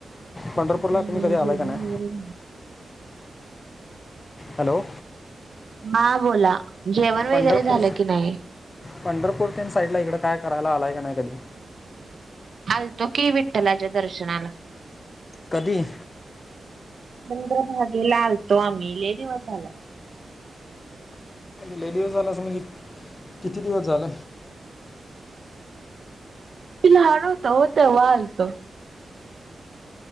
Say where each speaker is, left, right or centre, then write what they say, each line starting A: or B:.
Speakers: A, on the left; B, on the right.
A: पंढरपूरला
B: काही
A: तुम्ही
B: नाही
A: कधी
B: जेवण
A: आलाय का नाय.
B: वगैरे झालं.
A: हॅलो
B: मा बोला जेवण वगैरे
A: पंढरपूर,
B: झालं की नाही?
A: पंढरपूर तिनं साईडला इकडं काय करायला आलंय का नाय कधी
B: आलतो की, विठ्ठलाच्या दर्शनाला
A: कधी?
B: चंद्र भागेला आलतो आम्ही लय दिवस झाल
A: लय दिवस झालं अस, म्हणजे किती दिवस झाल.
B: पिल हार होता ओ, तेव्हा आलतो.